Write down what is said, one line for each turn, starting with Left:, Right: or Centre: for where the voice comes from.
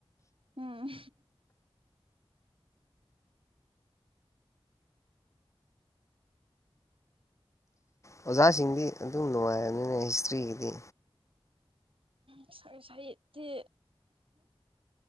Right: ꯎꯝ
Left: ꯑꯣꯖꯥꯁꯤꯡꯗꯤ ꯑꯗꯨꯝ ꯅꯨꯡꯉꯥꯏꯔꯕꯅꯤꯅ ꯍꯤꯁꯇ꯭ꯔꯤꯒꯤꯗꯤ
Right: ꯎ ꯁ ꯁꯍꯤꯠꯇ